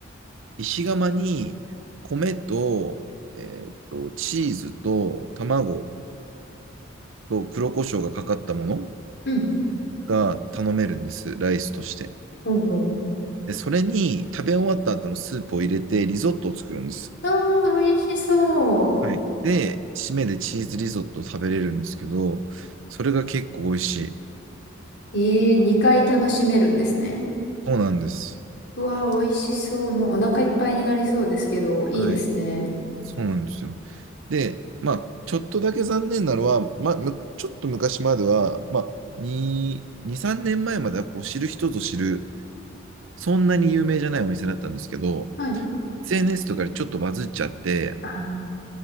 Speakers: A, on the right; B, on the left.
A: 石窯に米と、えーっと、チーズと卵と黒胡椒がかかったもの
B: うん。
A: が頼めるんです、ライスとして。
B: ほうほう。
A: で、それに食べ終わった後のスープを入れてリゾットを作るんです。
B: ああ、美味しそう。
A: はい。で、締めでチーズリゾットを食べれるんですけど、それが結構美味しい。
B: ええ2回楽しめるんですね。
A: そうなんです。
B: うわー、美味しそう。もうお腹いっぱいになりそうですけど、いいですね。
A: はい。そうなんですよ。で、まあ、ちょっとだけ残念なのは、まあ、むちょっと昔までは、まあ、2、2、3年前まえまではこう知る人ぞ知る、そんなに有名じゃないお店だったんですけど、
B: はい。
A: SNS とかでちょっとバズっちゃって、
B: あ